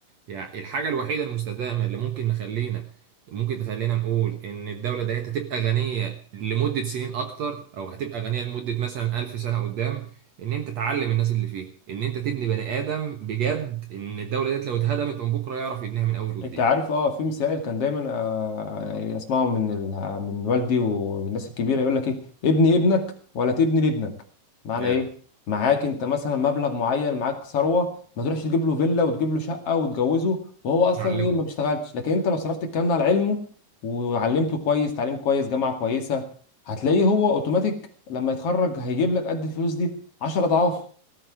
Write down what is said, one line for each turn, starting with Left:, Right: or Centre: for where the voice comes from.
Right: يعني الحاجة الوحيدة المستدامة اللي ممكن نخلينا ممكن تخلينا نقول ان الدولة ديت هتبقى غنية لمدة سنين اكتر او هتبقى غنية لمدة مثلا ألف سنة قدام ان انت تعلم الناس اللي فيه ان انت تبني بني ادم بجد ان الدولة ديت لو اتهدمت من بكرة يعرف يبنيها من اول وجديد
Left: انت عارف اه في مثال كان دايما آه يعني اسمعه من ال... آه، من والدي والناس الكبيرة يقول لك ايه ابني ابنك ولا تبني لابنك معنى
Right: جامد
Left: ايه معاك انت مثلا مبلغ معين معاك ثروة ما تروحش تجيب له فيلا وتجيب له شقة وتجوزه وهو اصلا
Right: اتعلمه
Left: ايه ما بيشتغلش لكن انت لو صرفت الكلام ده على علمه وعلمته كويس تعليم كويس جامعة كويسة هتلاقيه هو اوتوماتيك لما يتخرج هيجيب لك قد الفلوس دي 10 اضعاف